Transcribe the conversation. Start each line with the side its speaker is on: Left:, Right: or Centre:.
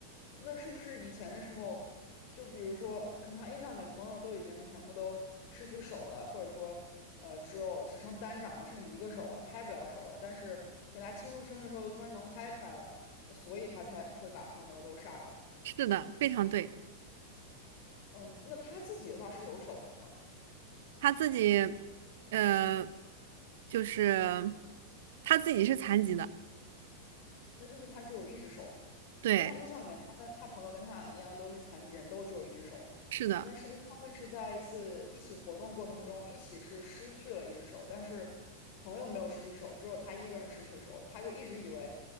Left: 那是不是以前的时候，就比如说，他可能他印象里面朋友都已经全部都失去手了，或者说，呃，只有只剩单掌了，剩一个手了，拍不了手了。但是给他庆祝生日的时候，又突然能拍出来了，所以他才会把朋友都杀了。
Right: 是的，非常对。
Left: 嗯，那他自己的话是有手的吗？
Right: 他自己，呃，就是他自己是残疾的，
Left: 那就是他只有一只手。
Right: 对，
Left: 那他印象里面，他跟他朋友跟他一样都是残疾人，都只有一只手。
Right: 是的，
Left: 那是不是他们是在一次一起活动过程中，一起是失去了一只手，但是朋友没有失去手，只有他一个人失去手，他就一直以为